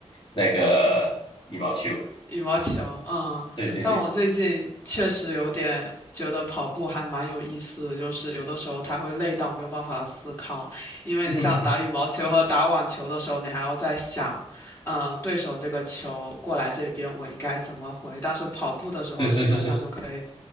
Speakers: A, on the left (about 50°); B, on the left (about 20°).
A: 那个羽毛球。
B: 嗯。羽毛球，嗯，
A: 对对对，
B: 但我最近确实有点觉得跑步还蛮有意思的，就是有的时候它会累到没有办法思考，因为你像打羽毛球和打网球的时候，
A: <laughs>
B: 你还要在想，嗯，对手这个球过来这边我应该怎么回，但是跑步的时候基本上就可以
A: 是是是是